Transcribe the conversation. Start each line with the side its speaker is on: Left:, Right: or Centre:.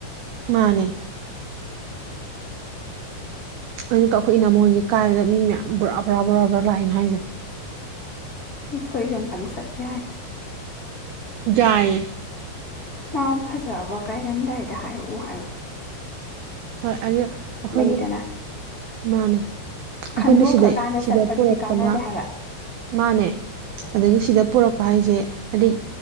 Right: ꯃꯥꯅꯦ ꯑꯗꯨꯒ ꯑꯩꯈꯣꯏ ꯏꯅꯃꯣꯟꯒꯤ ꯀꯥꯏꯕꯗ ꯃꯤ ꯃꯌꯥꯝ ꯕꯣꯔꯥ ꯕꯣꯔꯥ ꯕꯣꯔꯥ ꯂꯥꯛꯑꯦꯅꯦ ꯍꯥꯏꯁꯦ
Left: ꯑꯩꯈꯣꯏꯁꯨ ꯑꯝꯇꯪ ꯆꯠ ꯌꯥꯏ
Right: ꯌꯥꯢꯌꯦ
Left: ꯃꯥ ꯐꯖꯕ ꯀꯥꯏꯔꯝꯗꯥꯏꯗ ꯍꯥꯏꯔꯛꯑꯣ ꯍꯥꯏꯑꯣ
Right: ꯍꯣꯏ ꯑꯗꯨ ꯑꯩꯈꯣꯏꯅꯤ
Left: ꯂꯩꯗꯅ
Right: ꯃꯥꯅꯦ ꯑꯩꯈꯣꯏꯅ
Left: ꯈꯟꯗꯣꯛꯈ꯭ꯔꯀꯥꯟꯗ
Right: ꯁꯤꯗꯩ ꯁꯤꯗ
Left: ꯆꯠꯄꯗꯨꯗꯤ
Right: ꯄꯨꯣꯔꯛꯄꯅ
Left: ꯀꯥꯟꯅꯗꯦ ꯍꯥꯏꯕ
Right: ꯃꯥꯅꯦ ꯑꯗꯒꯤ ꯁꯤꯗ
Left: ꯎꯝ
Right: ꯄꯨꯔꯛꯄ ꯍꯥꯏꯁꯦ ꯍꯥꯏꯗꯤ